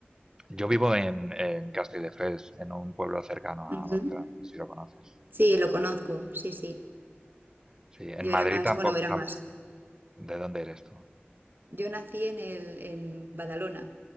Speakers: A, on the right; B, on the right.
A: Yo vivo en, en Castelldefels, en un pueblo cercano a
B: Ujú.
A: Barcelona, no sé si lo conoces.
B: Sí, lo conozco, sí, sí.
A: Sí, en
B: Yo
A: Madrid
B: era más,
A: tampoco.
B: bueno, era
A: tam-
B: más.
A: ¿De dónde eres tú?
B: Yo nací en el, en Badalona